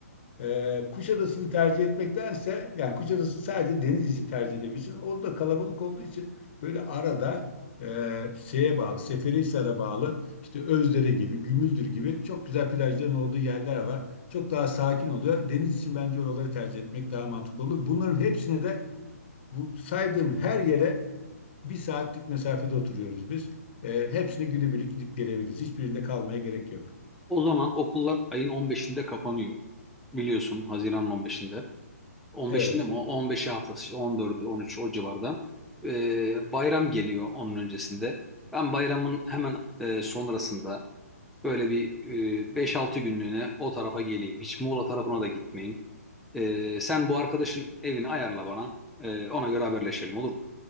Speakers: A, on the left (about 45°); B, in the centre.
A: e, Kuşadası'nı tercih etmektense yani Kuşadası sadece deniz için tercih edebilirsin. O da kalabalık olduğu için böyle arada e, şeye bağlı, Seferihisar'a bağlı işte Özdere gibi, Gümüldür gibi çok güzel plajların olduğu yerler var. Çok daha sakin oluyor. Deniz için bence oraları tercih etmek daha mantıklı olur. Bunların hepsine de bu saydığım her yere bir saatlik mesafede oturuyoruz biz. E, hepsini günübirlik gidip gelebiliriz. Hiçbirinde kalmaya gerek yok.
B: O zaman okullar ayın 15'inde kapanıyor. Biliyorsun Haziran'ın 15'inde. 15'inde
A: Evet.
B: mi? O 15'i haftası 14'ü 13'ü o civarda. Ee, bayram geliyor onun öncesinde. Ben bayramın hemen e, sonrasında böyle bir e, 5-6 günlüğüne o tarafa geleyim. Hiç Muğla tarafına da gitmeyeyim. Ee, sen bu arkadaşın evini ayarla bana. Ee, ona göre haberleşelim olur mu?